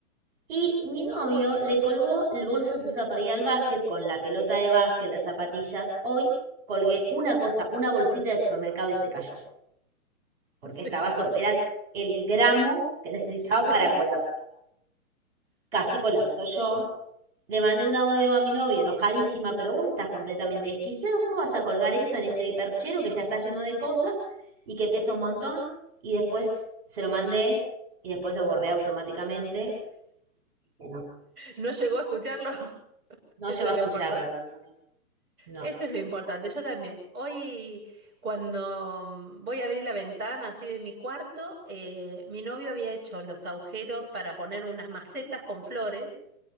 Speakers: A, on the right; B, on the right.
A: Y mi novio le colgó el bolso que usa para ir al básquet con la pelota de básquet, las zapatillas. Hoy colgué una cosa, una bolsita de supermercado y se cayó, porque
B: <laughs> Sí.
A: estaba, so- era el, el gramo que necesitaba
B: Sí.
A: para colapsar. Casi colapsó yo. Le mandé un audio a mi novio enojadísima, pero vos estás completamente desquiciado. ¿Cómo vas a colgar eso en ese perchero que ya está lleno de cosas y que pesa un montón? Y después se lo mandé y después lo borré automáticamente. que No,
B: No llegó a escucharlo. <laughs>
A: no
B: Eso
A: llegó
B: es
A: a escucharlo,
B: lo importante.
A: no, no, no. No.
B: Eso es lo importante. Yo también. Hoy, cuando mm, voy a abrir la ventana así de mi cuarto, eh, mi novio había hecho los agujeros para poner unas macetas con flores